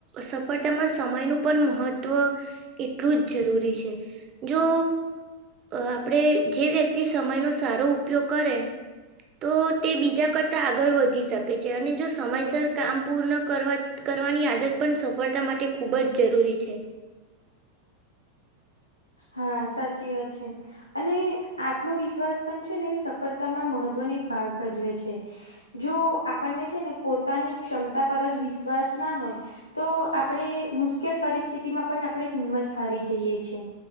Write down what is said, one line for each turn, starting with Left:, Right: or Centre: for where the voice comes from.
Right: સફળતામાં સમયનું પણ મહત્ત્વ એટલું જ જરૂરી છે. જો આપણે જે વ્યક્તિ સમયનો સારો ઉપયોગ કરે. તો તે બીજા કરતા આગળ વધી શકે છે અને જો સમયસર કામ પૂર્ણ કરવા કરવાની આદત પણ સફળતા માટે ખૂબ જ જરૂરી છે.
Left: હા સાચી વાત છે. અને આત્મવિશ્વાસ પણ છે ને સફળતામાં મહત્વની એક ભાગ ભજવે છે. જો આપણને છે ને પોતાની ક્ષમતા પર જ વિશ્વાસ ના હોય. તો આપણે મુશ્કેલ પરિસ્થિતિમાં પણ આપણે હિંમત હારી જઈએ છે.